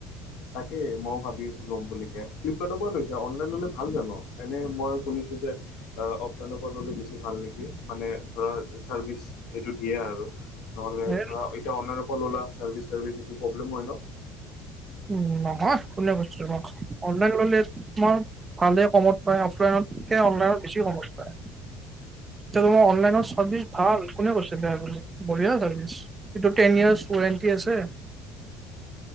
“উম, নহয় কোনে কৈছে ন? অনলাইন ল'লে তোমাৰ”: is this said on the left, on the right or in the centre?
Right